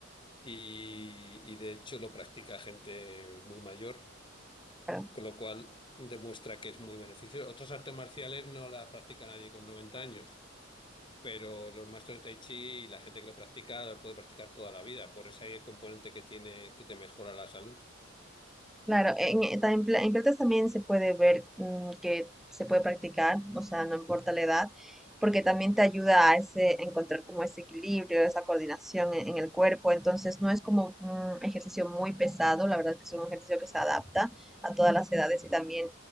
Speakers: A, on the left; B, in the centre.
A: y y de hecho lo practica gente muy mayor.
B: claro.
A: Con lo cual demuestra que es muy beneficioso. Otras artes marciales no las practica nadie con 90 años, pero los maestros de Tai Chi y la gente que lo practica lo puede practicar toda la vida, por ese componente que tiene que te mejora la salud.
B: Claro, en, en ta- en pla- en plantas también se puede ver mm, que se puede practicar, o sea, no importa la edad, porque también te ayuda a ese, a encontrar como ese equilibrio, esa coordinación en, en el cuerpo, entonces no es como un ejercicio muy pesado, la verdad que es un ejercicio que se adapta a todas las edades y también